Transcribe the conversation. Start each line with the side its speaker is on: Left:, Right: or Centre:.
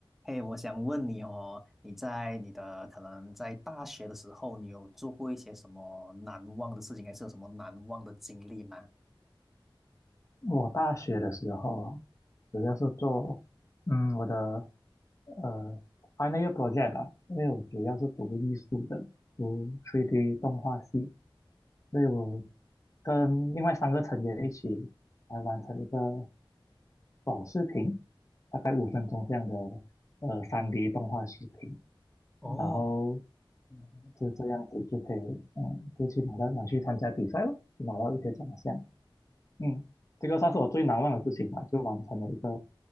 Centre: 嘿，我想问你哦，你在你的可能在大学的时候，你有做过一些什么难忘的事情，还是有什么难忘的经历吗？
Left: 我大学的时候啊，主要是做嗯我的呃 final year project 吧，因为我主要是读艺术的，读 3D 动画系，所以我跟另外三个成员一起来完成一个短视频，大概五分钟这样的呃 3D 动画视频，
Centre: 哦，
Left: 然后
Centre: 嗯
Left: 就这样子就可以嗯就去拿到拿去参加比赛了，拿到一些奖项，嗯，这个算是我最难忘的事情吧，就完成了一个